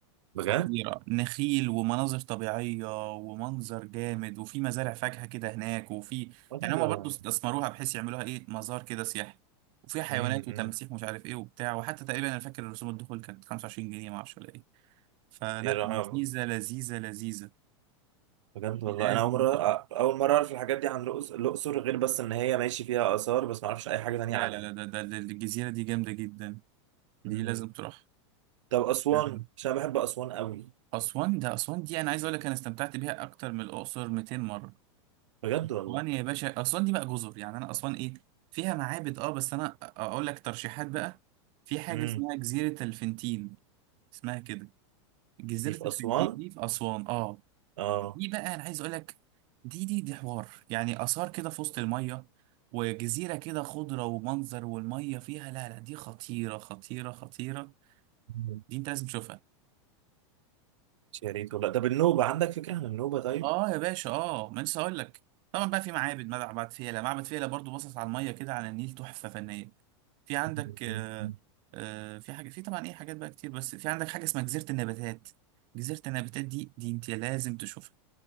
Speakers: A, on the right (about 80°); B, on the right (about 30°).
A: بجد
B: خطيره نخيل ومناظر طبيعيه ومنظر جامد وفي مزارع فاكهه كده هناك وفي
A: اه
B: يعني هما
A: لا
B: برضو
A: لا
B: استثمروها بحيث يعملوها ايه مزار كده سياحي وفيها حيوانات
A: امم
B: وتماسيح مش عارف ايه وبتاع وحتى تقريبا انا فاكر رسوم الدخول كانت 25 جنيه ما اعرفش ولا ايه فلا
A: امم
B: لذيذه لذيذه لذيذه
A: بجد والله
B: لازم
A: انا اول مره
B: تشوف
A: اول مره اعرف الحاجات دي عن الأقص- الاقصر غير بس ان هي ماشي فيها اثار بس ما اعرفش اي حاجه تانية
B: لا
A: عنها
B: لا لا ده, ده, ده الجزيرة دي جامدة جدا دي
A: امم
B: لازم تروح
A: طب اسوان
B: آه،
A: عشان أنا بحب اسوان قوي
B: أسوان ده أسوان دي أنا عايز أقول لك أنا استمتعت بيها أكتر من الأقصر 200 مرة
A: بجد
B: أسوان
A: والله
B: يا باشا أسوان دي بقى جزر يعني أنا أسوان إيه فيها معابد أه بس أنا أقول لك ترشيحات بقى في حاجة
A: امم
B: اسمها جزيرة الفنتين اسمها كده جزيرة
A: دي في
B: الفنتين
A: اسوان
B: دي في أسوان أه
A: اه
B: دي بقى انا عايز اقول لك دي دي دي حوار يعني اثار كده في وسط الميه وجزيره كده خضره ومنظر والميه فيها لا لا دي خطيره خطيره خطيره
A: مم.
B: دي انت لازم تشوفها
A: يا ريت والله طب النوبه عندك فكره عن النوبه طيب
B: اه يا باشا اه ما لسه هقول لك طبعا بقى في معابد معبد فيلة معبد فيلة برضو باصص على الميه كده على النيل تحفه فنيه في عندك
A: مم،
B: آه
A: مم، مم.
B: آه في حاجه في طبعا ايه حاجات بقى كتير بس في عندك حاجه اسمها جزيره النباتات جزيره النباتات دي دي انت لازم تشوفها